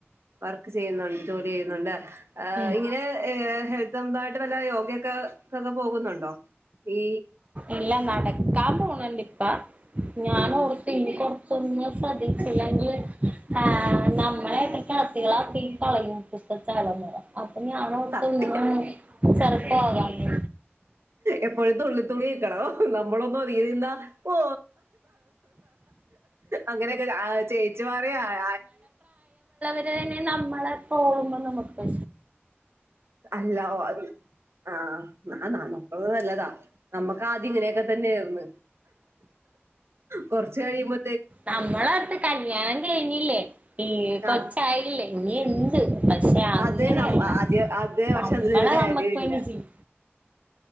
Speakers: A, on the right (about 70°); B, on the right (about 30°).
A: വർക്ക് ചെയ്യുന്നുണ്ട് ജോലി ചെയ്യുന്നുണ്ട് ലെ
B: ഉം
A: ഇങ്ങനെ ഹെ സ്വന്തായിട്ട് വല്ല യോഗൊക്കൊക്കെ പോകുന്നുണ്ടോ ഈ
B: ഇല്ല നടക്കാൻ പോണണ്ട് ഇപ്പം ഞാനോർത്ത്
A: ഉം
B: ഇനിപ്പം ഒന്നും ശ്രദ്ധിച്ചില്ലെങ്കി ഏ നമ്മളെക്കെ കളസികളാക്കി കളയും <unintelligible> അപ്പൊ ഞാനോർത്ത്
A: സത്യം
B: ഇന്നും ചെറുപ്പാകാന്ന്
A: എപ്പോഴും തുള്ളിത്തുള്ളി നിക്കണം നമ്മളൊന്ന് ഒതുങ്ങി നിന്നാ ഓ അങ്ങനൊക്ക തേച്ചു മാറിയാ <inaudible>
B: അതന്നെ നമ്മളെ പോക്മ്പോ നമ്മക്ക്
A: അല്ല അത് ആ ന നമുക്ക് അത് നല്ലതാ നമ്മക്കാദ്യം ഇങ്ങനൊക്കെ തന്നേയ്ന്ന് കൊർച്ച് കഴിയുമ്പോ
B: നമ്മള അടുത്ത് കല്യാണം കഴിഞ്ഞില്ലേ ഈ കൊച്ചായില്ലേ
A: അത്
B: ഇനി എന്ത് പക്ഷെ അങ്ങനെയല്ല
A: അതെ നമ്മ ആദ്യ അതേ പക്ഷെ
B: നമ്മളെ
A: അതിലൊരു കാര്യൊല്ല
B: നമ്മക്ക് വേണ്ടി ജീവി